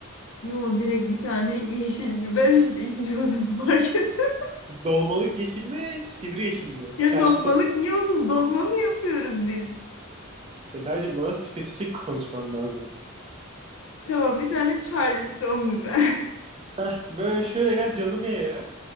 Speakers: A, on the left; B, on the right.
A: Yo direkt bir tane yeşil biber işte ince uzun market. <laughs>
B: Dolmalık yeşil mi, sivri yeşil mi?
A: Ya
B: Charleston.
A: dolmalık niye uzun dolma mı yapıyoruz biz?
B: Sedacığım bana spesifik konuşman lazım.
A: Tamam bir tane Charleston biber.
B: Heh, böyle şöyle gel canım ye ya.